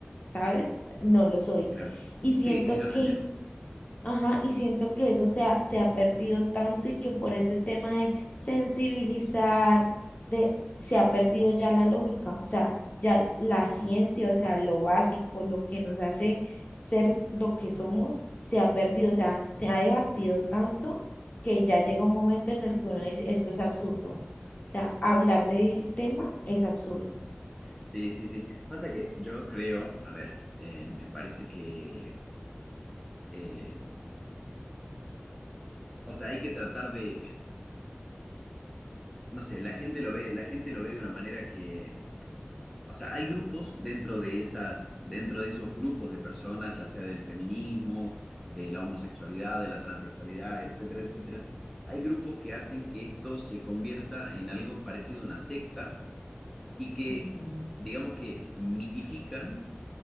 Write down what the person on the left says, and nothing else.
¿sabes? O sea, No lo soy.
Y siento
que
Ajá, y siento que eso se ha, se ha perdido tanto y que por ese tema de sensibilizar, de, se ha perdido ya la lógica, o sea, ya la ciencia, o sea, lo básico, lo que nos hace ser lo que somos, se ha perdido, o sea, se ha debatido tanto que ya llega un momento en el que uno dice, esto es absurdo, o sea,
hablar del tema es absurdo.
Ujú.